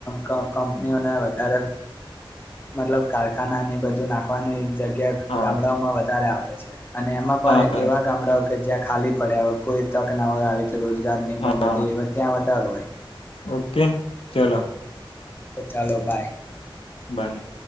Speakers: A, on the left (about 25°); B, on the left (about 85°).
A: ક ક કંપનીઓના વધારે. મતલબ કારખાના ને બધું નાખવાની જગ્યા. ગામડાઓમાં
B: હા
A: વધારે આપે છે અને એમાં પણ
B: હા
A: એવા ગામડાઓ કે જ્યાં ખાલી પડ્યા. કોઈ તક ના હોય આવીતે રોજગાર નઈ
B: હા
A: ને બધી એવ ત્યાં વધારો હોય.
B: ઓકે ચલો.
A: ચાલો બાય.
B: બાય.